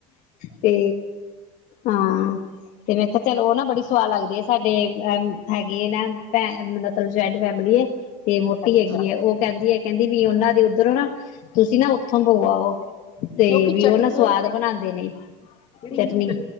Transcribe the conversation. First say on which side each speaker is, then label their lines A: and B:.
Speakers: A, on the left; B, on the left.
A: ਤੇ ਹਾਂ ਤੇ ਮੈਂ ਕਿਹਾ ਚਲੋ ਉਹ ਨਾ ਬੜੀ ਸਆਦ ਲੱਗਦੀ ਆ ਸਾਡੇ ਅ ਹੈਗੇ ਨੇ ਭੇਂ ਮਤਲਬ ਜੁਆਇੰਟ ਫੈਮਿਲੀ ਏ। ਤੇ ਵੋਟੀ
B: ਅੱਛਾ,
A: ਹੈਗੀ ਏ, ਉਹ ਕਹਿੰਦੀ ਐ ਕਹਿੰਦੀ ਵੀ ਉਹਨਾਂ ਦੇ ਉੱਧਰੋਂ ਨਾ ਤੁਸੀਂ ਨਾ ਉਥੋਂ ਭੋ ਆਓ। ਤੇ
B: ਕਿਉਂਕਿ
A: ਵੀ
B: ਚਟਨੀ
A: ਉਹ ਨਾ ਸਵਾਦ ਬਣਾਦੇ ਨੇ,
B: ਜਿਹੜੀ
A: ਚਟਨੀ।